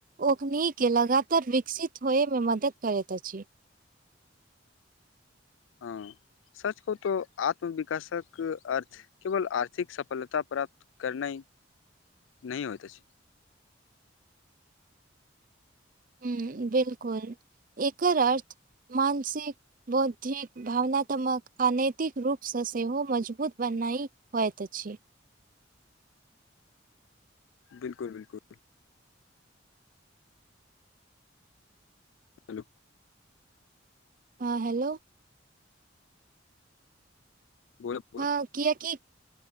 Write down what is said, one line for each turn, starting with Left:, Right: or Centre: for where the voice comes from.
Right: ओकने लगातार विकसित होइमे मदद करैत अछि।
Left: ह सच कहू तऽ आत्मविकासक अर्थ केवल आर्थि कऽ सफलता प्राप्त करना नहि होइत छै।
Right: ह बिल्कूल एकर अर्थ मानसिक बौद्धिक भावनात्मकऽ अनैतिकऽ रूपसँ सेहो मजबूत बनाई होइत अछि।
Left: बिल्कूल बिल्कूल हेलो।
Right: ह हेलो।
Left: बोल बोल
Right: हँ कियाकि